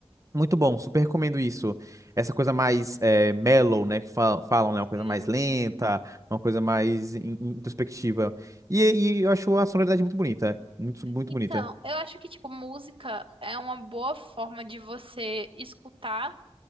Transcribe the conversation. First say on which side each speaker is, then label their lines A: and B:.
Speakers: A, on the right; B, on the right.
A: muito bom, super recomendo isso. Essa coisa mais é, mellow, né? Que fa- falam, né? Uma coisa
B: sim.
A: mais lenta, uma coisa mais in- in- introspectiva. E, e eu acho a sonoridade muito bonita, muito, muito
B: Então,
A: bonita.
B: eu acho que, tipo, música é uma boa forma de você escutar.